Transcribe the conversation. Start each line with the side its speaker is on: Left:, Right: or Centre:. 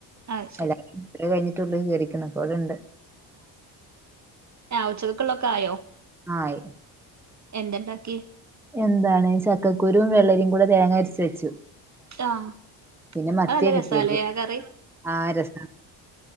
Right: അത് ശരി
Centre: അല്ല കഴിഞ്ഞിട്ടുള്ള ശേരിക്കുന്ന അപ്പോടെണ്ട്
Right: ആ ഉച്ചക്കക്കുള്ളൊക്കെ ആയോ
Centre: ആയി
Right: എന്തണ്ടാക്കി
Centre: എന്താണ് ചക്കക്കുരുവും വെള്ളരിയും കൂടെ തേങ്ങ അരച്ച വെച്ചു
Right: ആഹ്
Centre: പിന്നെ മത്തിയ
Right: അത് നല്ല
Centre: കിട്ടിയത്
Right: രസാല്ലേ ആ കറി
Centre: ആ രസ